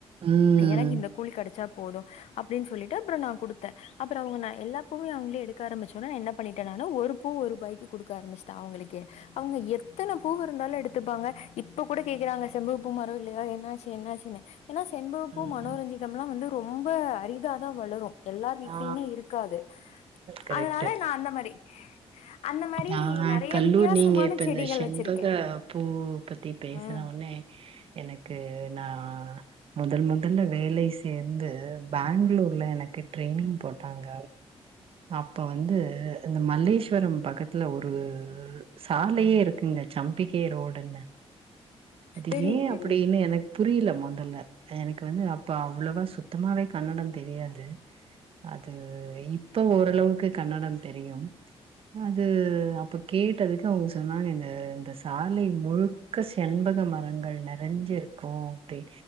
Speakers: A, on the right; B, on the left.
A: ம்.
B: எனக் இந்த கூலி கெடைச்சா போது அப்டின் சொல்லிட்டு அப்புறோ நா குடுத்தே அப்புறோ அவுங்க நா எல்லா பூவயு அவுங்ளே எடுக்க ஆரம்பிச்சொன்னே நா என்ன பண்ணிட்டே நானு ஒரு பூ ஒருபாய்க்கு குடுக்க ஆரம்சிட்டே அவுங்களுக்கே அவுங்க எத்தன பூவு இருந்தாலு எடுத்துப்பாங்க இப்ப கூட கேக்குறாங்க செம்பக பூ மரோ இல்லையா என்னாச்சு என்னாச்சுனு ஏன்னா செண்பகப்பூ
A: ம்.
B: மனோரஞ்சிம்லா வந்து ரொம்ப அரிதாதா வளரு எல்லார் வீட்லயுமே
A: ஆ
B: இருக்காது
A: கரெக்ட்டு
B: அதனால நா அந்த மாரி அந்த மாரி
A: ஆ
B: நெறைய
A: கல்லூர்
B: வித்தியாசமான
A: நீங்க இப்ப
B: செடிகள்
A: இந்த ஷெண்பக
B: வச்சிருக்கே
A: பூ பத்தி பேசன
B: ம்
A: ஒனே எனக்கு நா முதல் முதல்ல வேலை சேர்ந்து பேங்ளூர்ல எனக்கு ட்ரெனிங் போட்டாங்க அப்போ வந்து இந்த மல்லேஸ்வரம் பக்கத்ல ஒரு சாலையே இருக்குங்க சம்பிகை ரோடுன்னு அது
B: தெரியும்
A: ஏ அப்பிடின்னு
B: தெரியும்
A: என புரியில மொதல்ல எனக்கு வந்து அப்போ அவ்ளவா சுத்தமாவே கன்னடந் தெரியாது அது இப்ப ஓரளவுக்கு கன்னடந் தெரியும் அது அப்ப கேட்டதுக்கு அவுங்க சொன்னாங்க இந்த இந்த சாலை முழுக்க ஷெண்பக மரங்கள் நெறைஞ்சிருக்கூ அப்டி